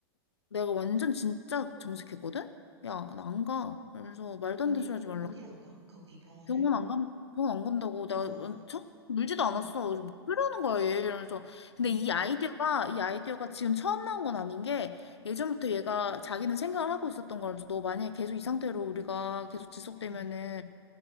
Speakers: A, on the left (about 75°); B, on the right (about 80°).
A: 내가 완전 진짜 정색했거든? 야, 나 안 가. 그러면서 말도
B: 어디,
A: 안 되는
B: 어,
A: 소리 하지 말라.
B: 어딜 안 가? 거기 병원을.
A: 병원 안 간, 병원 안 간다고. 나
B: 어. 어.
A: 처음 울지도 않았어.
B: 응.
A: 무슨 소리 하는 거야, 얘. 이러면서. 근데
B: 응.
A: 이 아이디어가, 이 아이디어가 지금 처음 나온 건 아닌 게 예전부터 얘가 자기는 생각을 하고 있었던 거라면서 너 만약에 계속 이 상태로 우리가 계속 지속되면은
B: 응.